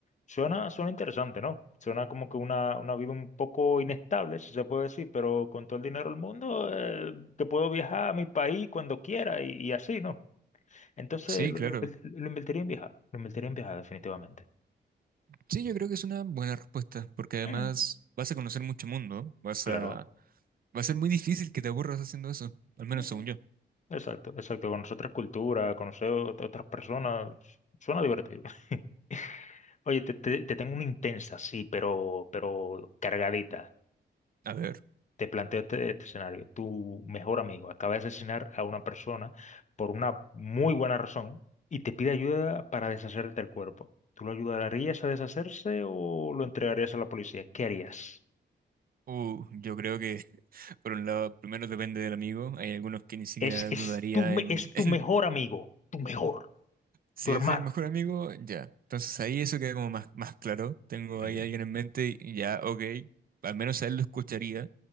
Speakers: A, on the left; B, on the right.
A: Suena, suena interesante, ¿no? Suena como que una, una vida un poco inestable, si se puede decir, pero con todo el dinero del mundo, eh, que puedo viajar a mi país cuando quiera y, y así, ¿no? Entonces,
B: sí,
A: lo,
B: claro.
A: lo invert- lo invertiría en viajar, lo invertiría en viajar definitivamente.
B: Sí, yo creo que es una buena respuesta, porque además
A: Mm,
B: vas a conocer mucho mundo, vas
A: claro.
B: a... Va a ser muy difícil que te aburras haciendo eso, al menos
A: Ujú.
B: según yo.
A: Exacto, exacto. Conocer otras culturas, conocer ot- otras personas. Suena divertido. <laughs> Oye, te, te- te tengo una intensa, sí, pero, pero cargadita.
B: A ver,
A: Te planteo este, este escenario. Tu mejor amigo acaba de asesinar a una persona por una muy buena razón y te pide ayuda para deshacerte del cuerpo. ¿Tú lo ayudarías a deshacerse o lo entregarías a la policía? ¿Qué harías?
B: uh, yo creo que, <laughs> por un lado, primero depende del amigo, hay algunos que ni siquiera
A: Es, es
B: dudaría
A: tu, me-
B: en,
A: es
B: <laughs>
A: tu
B: en
A: mejor amigo, tu mejor,
B: si
A: tu hermano.
B: es el mejor amigo, ya. Entonces ahí eso queda como más, más claro, tengo
A: Ujú,
B: ahí a alguien en mente y ya, ok, al menos a él lo escucharía,